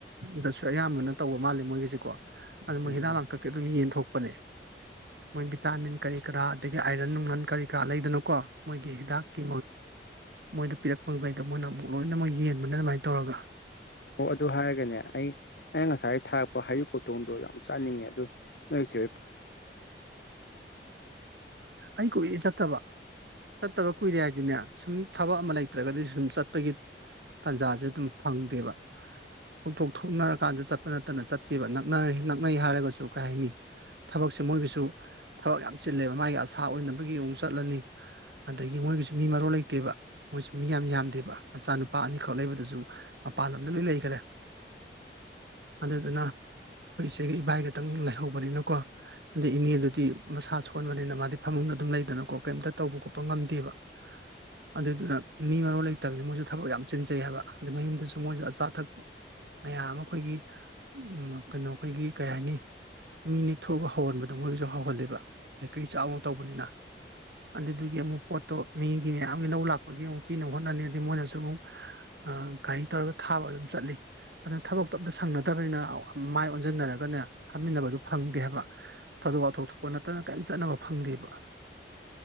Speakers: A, on the right; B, on the left.
A: ꯗꯁꯨ ꯑꯌꯥꯝꯕꯅ ꯇꯧ ꯃꯥꯜꯂꯤ ꯃꯣꯏꯒꯤꯁꯤꯀꯣ ꯑꯗꯨ ꯃꯣꯏ
B: ꯎꯝ
A: ꯍꯤꯗꯥꯛ ꯂꯥꯡꯊꯛꯇꯤ ꯑꯗꯨꯝ ꯌꯦꯟꯊꯣꯛꯄꯅꯦ ꯃꯣꯏ ꯚꯤꯇꯥꯃꯤꯟ ꯀꯔꯤ ꯀꯔꯥ ꯑꯗꯒꯤ ꯑꯥꯏꯔꯟ ꯅꯨꯡꯂꯟ ꯀꯔꯤ ꯀꯔꯥ ꯂꯩꯗꯅꯀꯣ ꯃꯣꯏꯒꯤ ꯍꯤꯗꯥꯛꯀꯤ ꯃꯣꯏꯗ ꯄꯤꯔꯛꯄꯈꯩꯗꯣ ꯃꯣꯏꯅ ꯑꯃꯨꯛ ꯂꯣꯏꯅꯃꯛ ꯌꯦꯟꯕꯅ ꯑꯗꯨꯃꯥꯏꯅ ꯇꯧꯔꯒ
B: ꯑꯣ ꯑꯗꯨ ꯍꯥꯏꯔꯒꯅꯦ ꯑꯩ ꯑꯩꯅ ꯉꯁꯥꯏ ꯊꯥꯔꯛꯄ ꯍꯩꯌꯨ ꯈꯨꯣꯇꯣꯡꯗꯣ ꯌꯥꯝ ꯆꯥꯅꯤꯡꯉꯦ ꯑꯗꯨ ꯅꯣꯏꯁꯦ
A: ꯑꯩ ꯀꯨꯏꯑ ꯆꯠꯇꯕ ꯆꯠꯇꯕ ꯀꯨꯏꯔꯦ ꯍꯥꯏꯗꯤꯅꯦ ꯁꯨꯝ ꯊꯕꯛ ꯑꯃ ꯂꯩꯇ꯭ꯔꯒꯗꯤ ꯁꯨꯝ ꯆꯠꯄꯒꯤ ꯇꯥꯟꯖꯥꯁꯦ ꯑꯗꯨꯝ ꯐꯪꯗꯦꯕ ꯊꯧꯗꯣꯛ ꯊꯣꯛꯅꯔꯀꯥꯟꯗ ꯆꯠꯄ ꯅꯠꯇꯅ ꯆꯠꯇꯦꯕꯅ ꯅꯛꯅꯩ ꯍꯥꯏꯔꯒꯁꯨ ꯀꯩ ꯍꯥꯏꯅꯤ ꯊꯕꯛꯁꯦ ꯃꯣꯏꯒꯤꯁꯨ ꯊꯕꯛ ꯌꯥꯝ ꯆꯤꯜꯂꯦꯕ ꯃꯥꯒꯤ ꯑꯁꯥ ꯑꯣꯏꯅꯕꯒꯤ ꯃꯑꯣꯡ ꯆꯠꯂꯅꯤ ꯑꯗꯒꯤ ꯃꯣꯏꯒꯤꯁꯨ ꯃꯤ ꯃꯔꯣ ꯂꯩꯇꯦꯕ ꯃꯣꯏꯁꯨ ꯃꯤ ꯌꯥꯝ ꯌꯥꯝꯗꯦꯕ ꯃꯆꯥꯅꯨꯄꯥ ꯑꯅꯤꯈꯛ ꯂꯩꯕꯗꯨꯁꯨ ꯃꯄꯥꯟ ꯂꯝꯗ ꯂꯣꯏ ꯂꯩꯈ꯭ꯔꯦ
B: <inaudible>
A: ꯑꯗꯨꯗꯨꯅ ꯑꯩꯈꯣꯏ ꯏꯆꯦꯒ ꯏꯕꯥꯏ ꯈꯇꯪ ꯂꯩꯍꯧꯕꯅꯤꯅꯀꯣ ꯑꯗꯩ ꯏꯅꯦꯗꯨꯗꯤ ꯃꯁꯥ ꯁꯣꯟꯕꯅꯤꯅ ꯃꯥꯗꯤ ꯐꯃꯨꯡꯗ ꯑꯗꯨꯝ ꯂꯩꯗꯅꯀꯣ ꯀꯩꯝꯇ ꯇꯧꯕ ꯈꯣꯠꯄ ꯉꯝꯗꯦꯕ
B: <inaudible>
A: ꯑꯗꯨꯗꯨꯅ ꯃꯤ ꯃꯔꯣ ꯂꯩꯇꯕꯗꯤ ꯃꯣꯏꯁꯨ ꯊꯕꯛ ꯌꯥꯝ ꯆꯤꯟꯖꯩ ꯍꯥꯏꯕ ꯑꯗꯩ ꯃꯌꯨꯝꯗꯁꯨ ꯃꯣꯏꯁꯨ ꯑꯆꯥ ꯑꯊꯛ ꯃꯌꯥꯝ ꯑꯃ ꯑꯩꯈꯣꯏꯒꯤ ꯎ ꯀꯩꯅꯣ ꯑꯩꯈꯣꯏꯒꯤ ꯀꯩ ꯍꯥꯏꯅꯤ ꯃꯤꯅꯤ ꯊꯣꯛꯑꯒ ꯍꯧꯍꯟꯕꯗꯣ ꯃꯣꯏꯁꯨ ꯍꯧꯍꯜꯂꯦꯕ ꯕꯦꯀꯔꯤ ꯆꯥ ꯑꯃ ꯇꯧꯕꯅꯤꯅ ꯑꯗꯨꯗꯨꯒꯤ ꯑꯃꯨꯛ ꯄꯣꯠꯇꯣ ꯃꯤꯒꯤ ꯃꯌꯥꯝꯒꯤ ꯂꯧ ꯂꯥꯛꯄꯒꯤ ꯑꯃꯨꯛ ꯄꯤꯅꯕ ꯍꯣꯠꯅꯅꯤ ꯑ ꯃꯣꯏꯅꯁꯨ ꯑꯃꯨꯛ ꯒꯥꯔꯤ ꯇꯧꯔꯒ ꯊꯥꯕ ꯑꯗꯨꯝ ꯆꯠꯂꯤ ꯑꯗꯨꯅ ꯊꯕꯛꯇꯣ ꯑꯝꯇ ꯁꯪꯅꯗꯕꯅꯤꯅ ꯃꯥꯏ ꯑꯣꯟꯁꯤꯟꯅꯔꯒꯅꯦ ꯐꯝꯃꯤꯟꯅꯕꯗꯨ ꯐꯪꯗꯦ ꯍꯥꯏ ꯊꯧꯗꯣꯛ ꯋꯥꯊꯣꯛ ꯊꯣꯛꯄ ꯅꯠꯇꯅ ꯀꯔꯤꯝ ꯆꯠꯅꯕ ꯐꯪꯗꯦꯕ